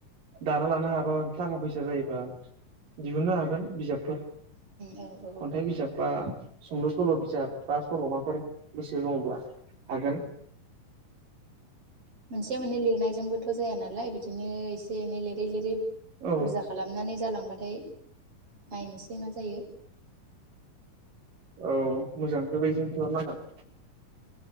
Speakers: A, on the right; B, on the right.
A: दाना लानो हाबा थाखा फैसा जायोबा दिहुननो हागोन बिजाबफोर।
B: औ औ
A: खन्थाइ बिजाब बा सुंद सल' बिजाब बा सल'माफोर गोसो दङब्ला हागोन।
B: मोनसे मोननै लिरनाय जोंबोथ' जाया नालाय बिदि बिदिनो एसे एनै लिरै लिरै
A: औ
B: बुरजा खालामनानै जालां ओमफ्राय नायनोसै ओमफ्राय मा जायो
A: औ मोजां बेबादिनो खालामनांगोन।